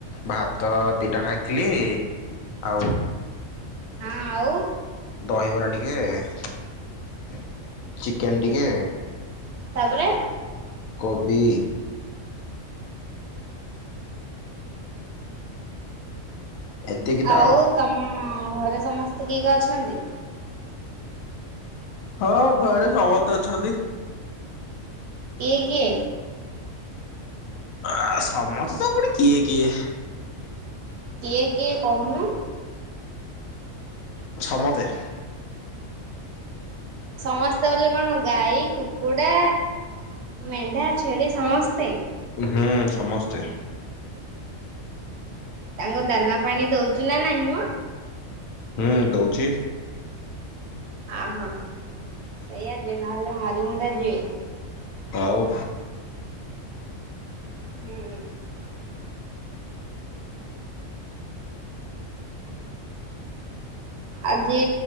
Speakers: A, on the left; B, on the right.
A: ଭାତ ଦିଟା ଖାଇଥିଲି। ଆଉ।
B: ହଁ ଆଉ।
A: ଦହିବରା ଟିକେ, ଚିକେନ ଟିକେ।
B: ତାପରେ
A: କୋବି। ଏତିକି ତ
B: ଆଉ ତମ ଘରେ ସମସ୍ତେ କିଏ କିଏ ଅଛନ୍ତି?
A: ହଁ ଘରେ ସମତେ ଅଛନ୍ତି।
B: ଇଏ କିଏ?
A: ଆ ସମସ୍ତେ ପୁଣି କିଏ କିଏ।
B: କିଏ କିଏ କହୁନୁ?
A: ସମତେ।
B: ସମସ୍ତେ ବୋଲି କଣ ଗାଈ କୁକୁଡ଼ା ମେଣ୍ଢା ଛେଳି ସମସ୍ତେ।
A: ହୁଁ ସମସ୍ତେ।
B: ତାଙ୍କୁ ଦାନା ପାଣି ଦଉଛୁ ନା ନାହିଁ ମ
A: ହୁଁ ଦଉଛି।
B: ଆ ହୋ ସେଇଆ ଯେ ନହେଲେ ମରି ମୁରା ଯିବେ।
A: ଆଉ।
B: ହୁଁ। ଆଜି